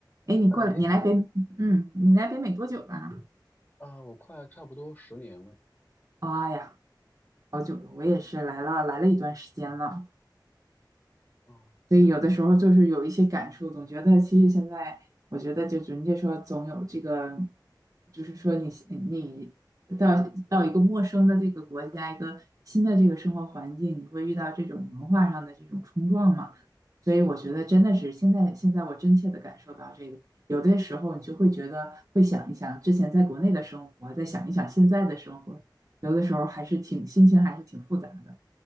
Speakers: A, on the right (about 45°); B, on the left (about 25°).
A: 哎，你过来，
B: 啊，你好
A: 你来北，嗯，你来北美多久了？
B: 啊，我快差不多十年了
A: 哎呀，好久了，我也是来了，来了一段时间了。
B: 啊，
A: 所以有的时候就是有一些感触，
B: 对，
A: 总觉得其实现在，我觉得就人家说总有这个，就是说你你到到一个陌生的这个国家，一个新的这个生活环境，你会遇到这种文化上的这种冲撞嘛？所以我觉得真的是现在现在我真切的感受到这个，有的时候你就会觉得会想一想之前在国内的生活，再想一想现在的生活，有的时候还是挺心情还是挺复杂的，